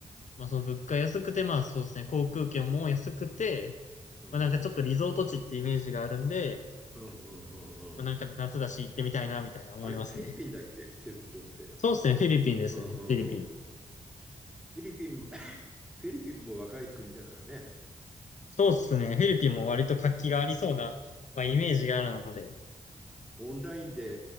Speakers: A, on the left; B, in the centre.
A: まあその物価安くて、まあそうですね、航空券も安くて、
B: うん。
A: まあなんかちょっとリゾート地ってイメージがあるんで、
B: うんうんうんうんうん。
A: まあなんか夏だし行ってみたいなみたいな思いますね。
B: あれ、フィリピンだっけセブ島って。
A: そうですね、フィリピンですね。
B: うんうんうんうん。
A: フィリピン。
B: フィリピンも、<laughs> フィリピンも若い国だからね。
A: そうっすね。フィリピンも割と活気がありそうな、
B: うん。
A: まあ、イメージがあるので。
B: オンラインで